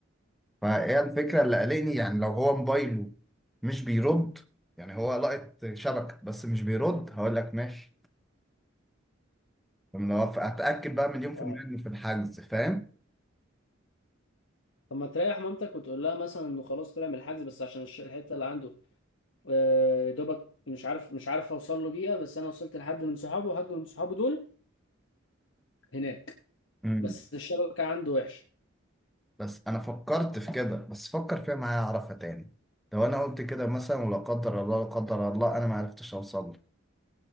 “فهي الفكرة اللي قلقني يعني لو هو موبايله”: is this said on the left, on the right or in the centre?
Centre